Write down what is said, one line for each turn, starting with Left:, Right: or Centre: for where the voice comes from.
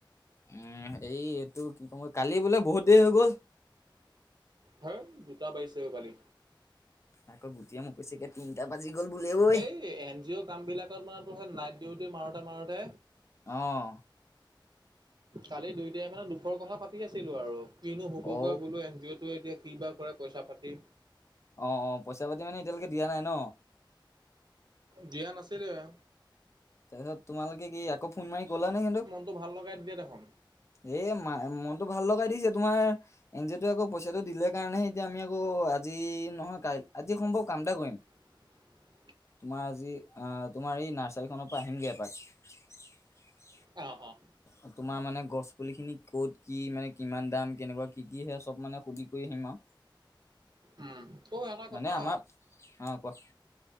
Left: উম এই এইটো কি ক'ম কালি বোলে বহুত দেৰি হৈ গ'ল।
Right: সেই দুটা বাজিছে অ কালি।
Left: আকৌ গোটিয়া মোক কৈছেগে তিনিটা বাজি গ'ল বোলে ঐ।
Right: এই এন জি অ' কামবিলাকত মানে তোৰ সেই নাইট ডিউটি মাৰোতে মাৰোতে
Left: অঁ।
Right: কালি দুইটাই মানে দুখৰ কথা পাতি আছিলো আৰু কিনো হবগৈ
Left: অ
Right: বোলো এন জি অ' টো এতিয়া। কিবা কৰে পইচা পাতি।
Left: অঁ অঁ পইচা পাতি মানে এতিয়ালৈকে দিয়া নাই ন।
Right: দিয়া নাছিলে এয়া।
Left: তাপিছত তোমালোকে কি আকৌ ফোন মাৰি কলা নে হিঁহতক।
Right: ত ভাল লগাই দিলে দেখন।
Left: এ মা মনটো ভাল লগাই দিছে তোমাৰ এন জি অ' টো আকৌ পইচাটো দিলে কাৰণেহে এতিয়া আমি আকৌ আজি নহয় কাই আজি সম্ভৱ কাম এটা কৰিম।
Right: <unintelligible>
Left: তোমাৰ আজি আঁ তোমাৰ এই নাৰ্চাৰীখন পা আহিমগে এপাক।
Right: অঁ অঁ।
Left: অ তোমাৰ মানে গছ পুলি খিনি ক'ত কি মানে কিমান দাম কেনেকুৱা কি কি সে চব মানে সুধি কয়ি আহিম আও।
Right: উম ঔ এটা কথা।
Left: মানে আমাৰ অ কোৱা